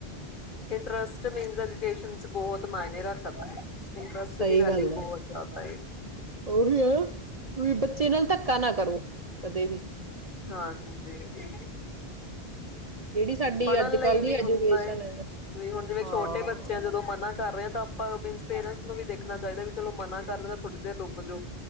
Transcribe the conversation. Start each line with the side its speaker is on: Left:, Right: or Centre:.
Left: ਇੰਟਰਸਟ <unintelligible> ਚ ਬਹੁਤ, ਮਾਇਨੇ ਰੱਖਤਾ, ਇੰਟਰਸਟ
Right: ਸਹੀ
Left: ਦੀ ਵੈਲਿਊ
Right: ਗੱਲ ਹੈ
Left: ਬਹੁਤ ਜ਼ਿਆਦਾ ਏ,
Right: ਉਹੀ ਹੈ ਬੱਚੇ ਨਾਲ ਧੱਕਾ ਨਾ ਕਰੋ ਕਦੇ ਵੀ,
Left: ਹਾਂਜੀ,
Right: ਜਿਹੜੀ ਸਾਡੀ
Left: ਪੜ੍ਹਨ
Right: ਅੱਜ
Left: ਲਈ
Right: ਕੱਲ ਦੀ
Left: ਵੀ
Right: ਐਜੂਕੇਸ਼ਨ
Left: ਹੁੰਦਾ ਏ
Right: ਹੈ
Left: ਵੀ ਹੁਣ ਜਿਵੇਂ
Right: ਹਾਂ
Left: ਛੋਟੇ ਬੱਚੇ ਆ ਜਦੋਂ ਮਨਾ ਕਰ ਰਹੇ ਹਾਂ ਤਾਂ ਆਪਾਂ ਮੀਨਜ ਪੇਰੈਂਟਸ ਨੂੰ ਵੀ ਦੇਖਣਾ ਚਾਹੀਦਾ ਵੀ ਚਲੋ ਮਨਾ ਕਰ ਰਿਹਾ ਤਾਂ ਥੋੜ੍ਹੀ ਦੇਰ ਰੁਕ ਜਾਓ।